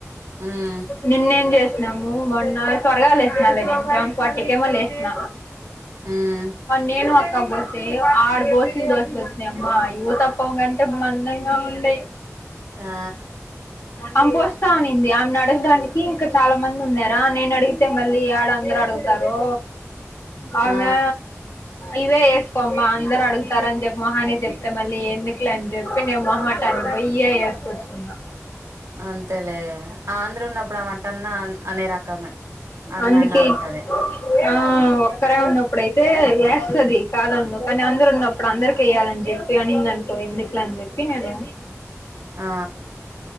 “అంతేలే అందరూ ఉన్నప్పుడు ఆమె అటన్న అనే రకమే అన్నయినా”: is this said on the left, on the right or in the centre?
Right